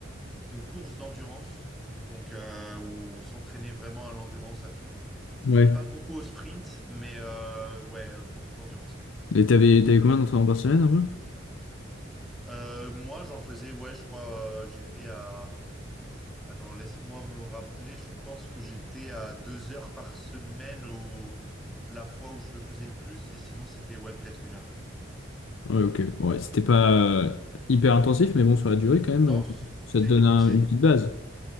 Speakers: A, in the centre; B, on the left (about 80°).
A: de courses d'endurance, donc euh, où on s'entraînait vraiment à l'endurance à fond.
B: Ouais.
A: Pas beaucoup au sprint, mais euh, ouais, euh, beaucoup d'endurance.
B: Et t'avais, t'avais combien d'entraînements par semaine, un peu?
A: Euh, moi, j'en faisais, ouais, je crois, euh, j'étais à... Attends, laisse-moi me rappeler, je pense que j'étais à deux heures par semaine au... la fois où je le faisais le plus, et sinon, c'était, ouais, peut-être une heure.
B: Ouais, ok. Ouais, c'était pas euh, hyper intensif, mais bon, sur la durée, quand même,
A: Non,
B: euh,
A: c'est,
B: ça te donne un-
A: c'est...
B: une petite base.